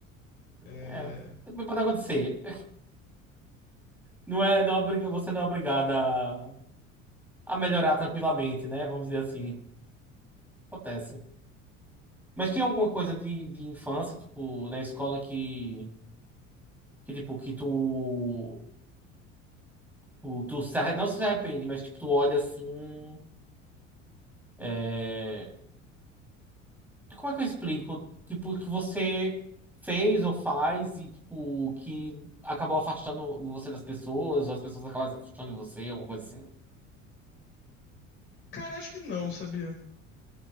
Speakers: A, on the left; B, in the centre.
A: É,
B: É, é, pode acontecer. Não é, não é obriga- você não é obrigada a, a melhorar tranquilamente, né? Vamos dizer assim. Acontece. Mas tem alguma coisa de, de infância, tipo, na escola que, que tipo, que tu, tu, tu se arre- não se arrepende, mas tipo, tu olha assim. é, Como é que eu explico? Tipo, que você fez ou faz e, tipo, que acabou afastando você das pessoas, ou as pessoas acabaram se afastando de você, alguma coisa assim.
A: Cara, acho que não, sabia?